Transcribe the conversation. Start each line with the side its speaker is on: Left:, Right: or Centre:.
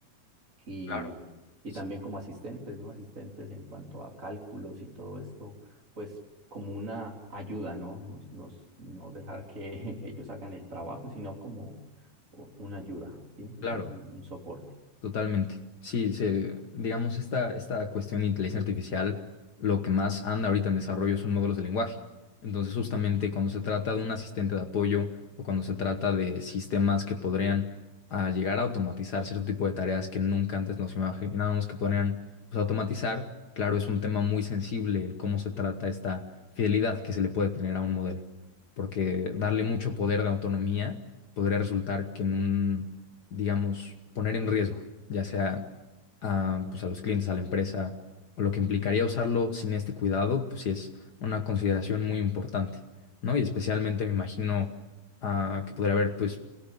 Right: y,
Left: Claro.
Right: y
Left: Sí,
Right: también como asistentes, ¿no? Asistentes en cuanto a cálculos y todo esto, pues como una ayuda, ¿no? Nos, nos, no dejar que <laughs> ellos hagan el trabajo, sino como u- una ayuda, ¿sí? Un,
Left: claro.
Right: un- un soporte.
Left: Totalmente. Sí, se, digamos, esta, esta cuestión de inteligencia artificial, lo que más anda ahorita en desarrollo son modelos de lenguaje. Entonces, justamente cuando se trata de un asistente de apoyo o cuando se trata de sistemas que podrían ah, llegar a automatizar cierto tipo de tareas que nunca antes nos imaginábamos que podrían pues, automatizar, claro, es un tema muy sensible el cómo se trata esta fidelidad que se le puede tener a un modelo. Porque darle mucho poder de autonomía podría resultar que en un digamos, poner en riesgo, ya sea a, pues, a los clientes, a la empresa, o lo que implicaría usarlo sin este cuidado, pues sí es una consideración muy importante, ¿no? Y especialmente me imagino ah, que podría haber, pues,